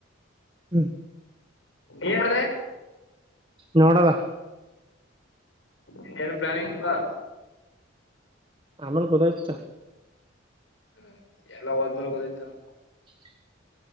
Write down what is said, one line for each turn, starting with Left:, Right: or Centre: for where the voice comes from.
Right: ಹ್ಮ್
Left: ಏನ್ ಮಾಡ್ದೆ
Right: ನೋಡದ
Left: ಇನ್ನೇನು ಪ್ಲಾನಿಂಗ್ ಇಲ್ವಾ
Right: ಆಮೇಲ್ ಗೊತ್ತಾಯಿತ್ ತಾ
Left: ಹ್ಮ್ ಎಲ್ಲಾ ಹೋದ್ಮೇಲ್ ಹಓದೈತಾನ
Right: <inaudible>